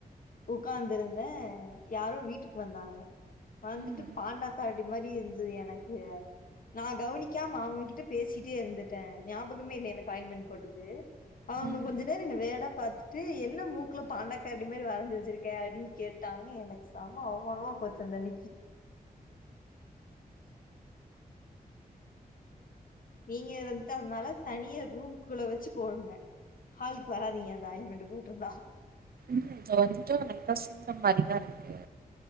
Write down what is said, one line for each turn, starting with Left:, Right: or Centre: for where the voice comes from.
Left: உக்காந்துருந்தேன் யாரோ வீட்டுக்கு வந்தாங்க வந்துட்டு
Right: ம்
Left: பாண்டா கரடி மாரி இருந்தது எனக் கு நான் கவனிக்காம அவங்ககிட்ட பேசிட்டே இருந்துட்டேன் ஞாபகமே இல்லைய எனக்கு ஆயின்மென்ட் போட்டது அவங்க
Right: ம்
Left: கொஞ்ச நேரம் வியடா பாத்துட்டு என்ன மூக்குல பாண்டா கரடி மாரி வரைஞ்சு வச்சிருக்கே அப்படின்னு கேட்டாங்க எனக்கு செம அவமானமா போச்சு அந்த அன்னிக்கி நீங்க வந்துட்டு அதுனால தனிய ரூம்குள்ள வச்சு போடுங்க ஹால் வராதீங்க அந்த ஆயில்மெண்ட் போட் டிர்நா
Right: ம் வந்துட்டு நீங்க சொன்ன மாரி தான் இருக்கு